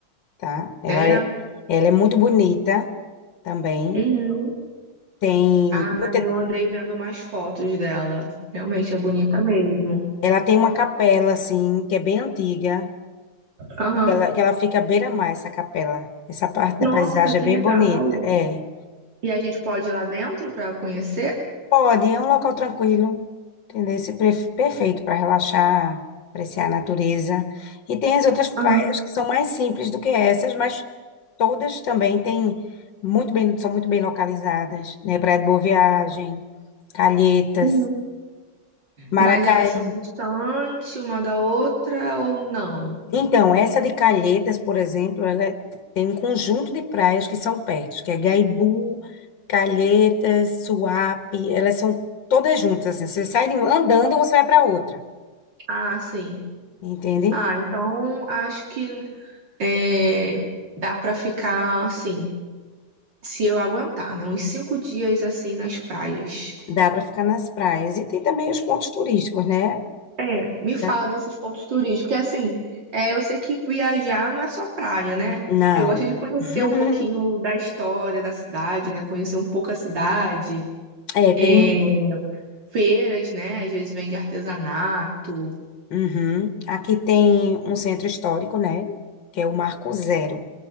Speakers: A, on the left; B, on the right.
A: tá? Ela
B: É,
A: é, ela é muito bonita também.
B: uhum.
A: Tem
B: Ah,
A: muita,
B: eu andei vendo mais fotos dela. Realmente é bonita mesmo.
A: ela tem uma capela assim, que é bem antiga,
B: Aham.
A: que ela, que ela fica à beira-mar, essa capela. Essa parte da
B: Nossa,
A: paisagem
B: que
A: é bem
B: legal.
A: bonita. É,
B: E a gente pode ir lá dentro pra conhecer,
A: pode, é um local tranquilo, entendeu? Esse pre- perfeito para relaxar, apreciar a natureza. E tem as outras praias
B: Ah,
A: que são mais simples do que essas, mas todas também têm muito bem, são muito bem localizadas, né? Praia de Boa Viagem, Calhetas,
B: uhum.
A: Maracaí.
B: mas elas são distantes uma da outra ou não?
A: Então, essa de Calhetas, por exemplo, ela é- tem um conjunto de praias que são perto, que é Gaibu, Calhetas, Suape, elas são todas juntas, assim, você sai de uma, andando, você vai para outra,
B: Ah, sim.
A: entende?
B: Ah, então acho que é, dá pra ficar assim, se eu aguentar, né? Uns cinco dias assim nas praias.
A: Dá para ficar nas praias. E tem também os pontos turísticos, né?
B: É, me fala
A: Da-
B: desses pontos turísticos. Porque, assim, é, eu sei que viajar não é só praia, né?
A: Não.
B: Eu gosto de conhecer
A: <laughs>
B: um pouquinho da história da cidade, né? Conhecer um pouco a cidade.
A: É, tem.
B: É, feiras, né? Às vezes vende artesanato.
A: Uhum. Aqui tem um centro histórico, né? Que é o Marco Zero.